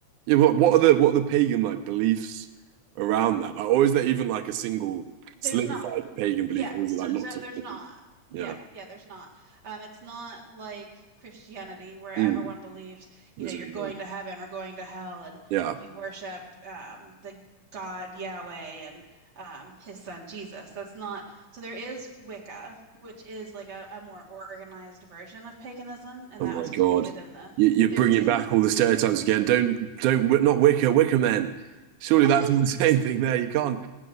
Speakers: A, on the right; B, on the right.
A: Yeah, what what are the what are the pagan like beliefs around that? Like, or is there even like a single
B: There's
A: solidified
B: not.
A: pagan belief,
B: Yeah,
A: or is
B: so
A: it like lots
B: so
A: of
B: there's
A: different?
B: not. Yeah,
A: Yeah,
B: yeah, there's not. Um, it's not like Christianity where everyone
A: mm,
B: believes,
A: the
B: you know,
A: same
B: you're going
A: thing.
B: to heaven or going to hell and
A: Yeah.
B: you worship um the God Yahweh and um his son Jesus. That's not so there is Wicca, which is like a, a more organized version of paganism, and
A: Oh
B: that
A: my
B: was
A: God,
B: created in the
A: you, you're
B: 50s.
A: bringing back all the stereotypes again. Don't don't Wic- not Wicca Wicca men. Surely
B: <laughs>
A: that's all the <laughs> same thing there. You can't.